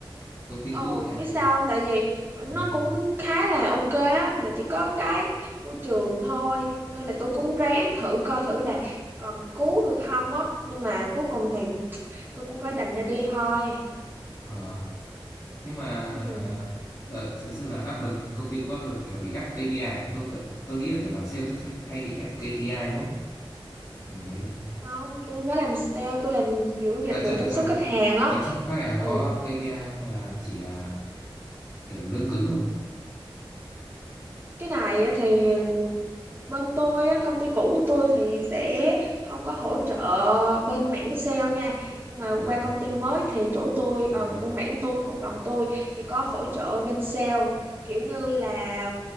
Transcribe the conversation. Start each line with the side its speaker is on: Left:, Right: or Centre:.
Left: công ty
Right: ồ
Left: cũ à,
Right: biết sao không tại vì
Left: thế
Right: nó
Left: đó
Right: cũng khá là ok á mà chỉ có cái môi trường thôi nên là tôi cũng ráng thử coi thử là còn cứu được không á nhưng mà cuối cùng thì tôi cũng phải đành ra đi thôi
Left: ờ. nhưng mà
Right: ừ.
Left: à, đợt thời xưa là áp lực công ty cũng áp lực kiểu bị ép KPI tôi tự- tôi nghĩ là kiểu làm sale chắc sẽ hay bị ép KPI đúng không kiểu thế
Right: không tôi không phải làm sale tôi làm kiểu dịch
Left: à
Right: vụ
Left: chợ
Right: chăm
Left: chậm
Right: sóc khách hàng á
Left: chăm sóc khách hàng
Right: ừ
Left: có KPI không hay là chỉ là kiểu lương cứng thôi
Right: cái này á thì bên tôi á, công ty cũ của tôi thì sẽ không có hỗ trợ bên mảng sale nha nhưng mà
Left: Ờ,
Right: qua công ty mới thì chỗ tôi
Left: ờ.
Right: ở bên mảng tôi bộ phận tôi thì có hỗ trợ bên sale kiểu như là